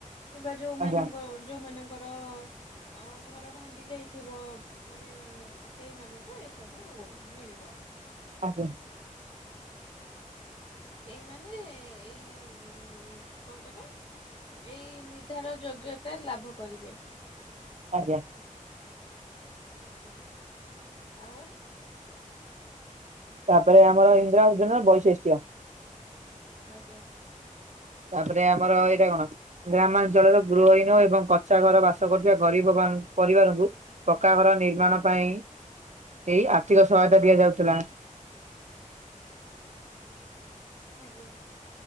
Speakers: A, on the left (about 40°); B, on the right (about 60°).
A: କିମ୍ବା ଯୋଉମାନଙ୍କ,
B: ଆଜ୍ଞା
A: ଯୋଉମାନଙ୍କର ହଁ ଘର ଭାଙ୍ଗି ଯାଇଥିବ ମାନେ ସେଇମାନଙ୍କୁ ଏସବୁ ମିଳିବ।
B: ଆଜ୍ଞା।
A: ଏଇମାନେେ, ଏଇ କଣ କହିଲେ? ଏଇ ନିର୍ଦ୍ଧାର ଯୋଗ୍ୟତା ଲାଭ କରିବେ।
B: ଆଜ୍ଞା।
A: ଆଜ୍ଞା, ଆଉ
B: ତାପରେ ଆମର ଇନ୍ଦ୍ରା ଯୋଜନା ବାଇସେଷ୍ଟ୍
A: ଆଜ୍ଞା।
B: ତାପରେ ଆମର ଏଇଟା କଣ ଗ୍ରାମାଞ୍ଚଳରେ ଗୃହହୀନ ଏବଂ କଚା ଘର ବାସ କରୁଥିବା ଗରିବ ମା ପରିବାରଙ୍କୁ ପକ୍କାଘର ନିର୍ମାଣ ପାଇଁ ଏଇ ଆର୍ଥିକ ସହାୟତା ଦିଆଯାଉଥିଲା।
A: ଆଜ୍ଞା।